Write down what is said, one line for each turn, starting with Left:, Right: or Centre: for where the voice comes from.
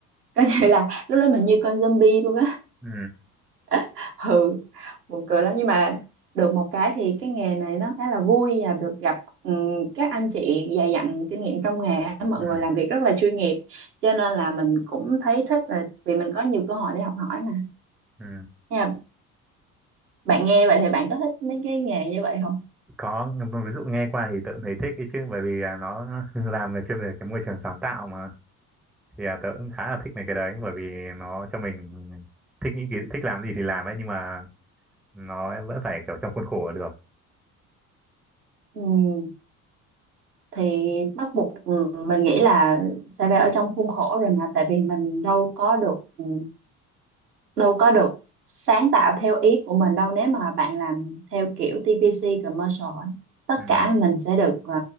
Right: có thể là lúc đó mình như con zombie luôn
Centre: ừ
Right: <laughs> ừ buồn cười lắm nhưng mà được một cái thì cái nghề này nó khá là vui và được gặp ừm, các anh chị dày dặn kinh nghiệm trong nghề á, mọi
Centre: ừ
Right: người làm việc rất là chuyên nghiệp cho nên là mình cũng thấy thích là vì mình có nhiều cơ hội để học hỏi mà
Centre: ừ
Right: nha bạn nghe vậy thì bạn có thích mấy cái nghề như vậy không
Centre: có ví dụ nghe qua thì tớ cũng thấy thích ấy chứ bởi vì à, nó <laughs> làm về chuyên về cái môi trường sáng tạo mà thì à, tớ cũng khá là thích mấy cái đấy bởi vì nó cho mình thích nghĩ cái- thích làm gì thì làm ấy nhưng mà nó vẫn phải kiểu trong khuôn khổ được
Right: Ừm, thì bắt buộc ừm, mình nghĩ là sẽ phải ở trong khuôn khổ rồi mà tại vì mình đâu có được ừ, đâu có được sáng tạo theo ý của mình đâu nếu mà bạn làm theo kiểu TVC commercial ấy. tất
Centre: ừ
Right: cả mình sẽ được ờ,